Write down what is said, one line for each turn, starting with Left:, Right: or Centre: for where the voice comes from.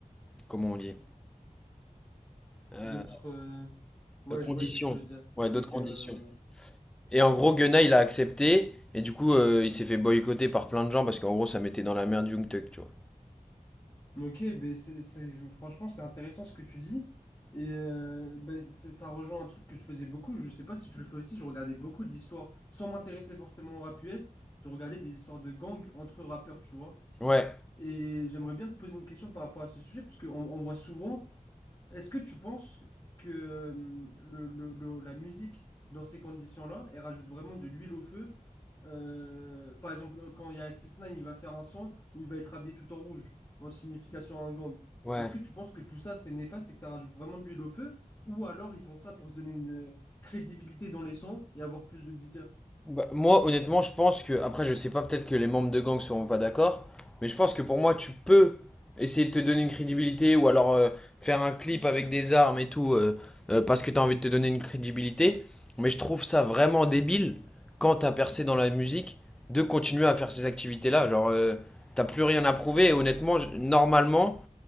Centre: comment on dit Euh,
Left: D'autres. euh, Ouais,
Centre: conditions.
Left: je vois ce que tu veux dire.
Centre: Ouais, d'autres
Left: Ok,
Centre: conditions.
Left: ouais, ouais, ouais.
Centre: Et en gros, Gunna il a accepté et du coup euh, il s'est fait boycotter par plein de gens parce qu'en gros ça mettait dans la merde Jungkook, tu vois.
Left: Ok, ben c'est, c'est- franchement, c'est intéressant ce que tu dis. Et euh, ben, c'est- ça rejoint un truc que je faisais beaucoup. Je sais pas si tu le fais aussi. Je regardais beaucoup d'histoires, sans m'intéresser forcément au rap US. Je regardais des histoires de gangs entre rappeurs, tu vois.
Centre: Ouais,
Left: Et j'aimerais bien te poser une question par rapport à ce sujet, parce qu'on on voit souvent. Est-ce que tu penses que euh, le, le- le- la musique, dans ces conditions-là, elle rajoute vraiment de l'huile au feu? Euh, par exemple, euh, quand il y a 6 ix 9 il va faire un son où il va être habillé tout en rouge, en signification à un gang.
Centre: ouais.
Left: Est-ce que tu penses que tout ça, c'est néfaste et que ça rajoute vraiment de l'huile au feu? Ou alors ils font ça pour se donner une euh, crédibilité dans les sons et avoir plus d'auditeurs?
Centre: Bah, moi, honnêtement, je pense que, après, je sais pas, peut-être que les membres de gang seront pas d'accord, mais je pense que pour moi, tu peux essayer de te donner une crédibilité ou alors euh, faire un clip avec des armes et tout euh, euh, parce que t'as envie de te donner une crédibilité. Mais je trouve ça vraiment débile quand t'as percé dans la musique de continuer à faire ces activités-là. Genre, euh, t'as plus rien à prouver et honnêtement, je- normalement,